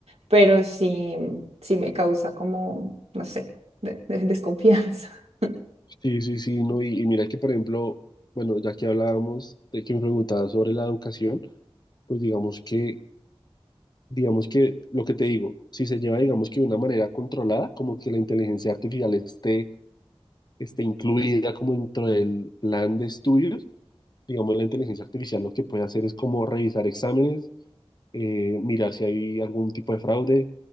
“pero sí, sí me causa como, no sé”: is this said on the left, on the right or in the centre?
Right